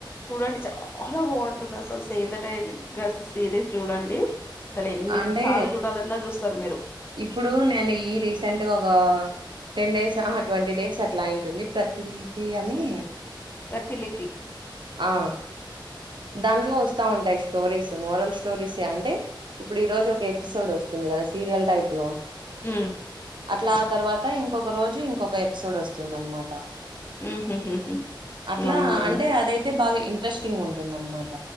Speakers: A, on the left; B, on the right.
A: చూడండి చాలా బాగుంటుంది అసలు save the tigers series చూడండి అసలు ఎన్నిసార్లు
B: అంటే
A: చూడాలన్నా చూస్తారు మీరు
B: ఇప్పుడు నేను ఈ రీసెంట్గా ఒక టెన్ డేస్ ఆహా ట్వంటీ డేస్ అట్లా అంటుంది ప్రతి లిపి అని
A: ఫర్టిలిటి
B: ఆ దాంట్లో వస్తా ఉంటాయి స్టోరీస్ మోరల్ స్టోరీస్ అంటే ఇప్పుడు ఈ రోజు ఒక ఎపిసోడ్ వస్తుంది కదా సీరియల్ టైప్ లో
A: మ్
B: అట్లా ఆ తర్వాత ఇంకొక రోజు ఇంకొక ఎపిసోడ్ వస్తుందన్నమాట
A: మ్మ్ హ్మ్ హ్మ్
B: అట్లా
A: అవునా?
B: అంటే అదైతే బాగా ఇంట్రెస్టింగుంటుందన్నమాట